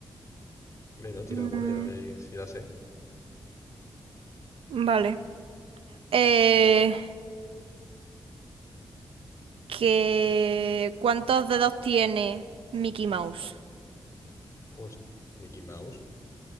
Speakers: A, on the left; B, on the right.
A: Bueno, tira
B: Mm,
A: alguna, ya veréis si la sé.
B: vale. Eh, que, ¿cuántos dedos tiene Mickey Mouse?
A: Host- Mickey Mouse.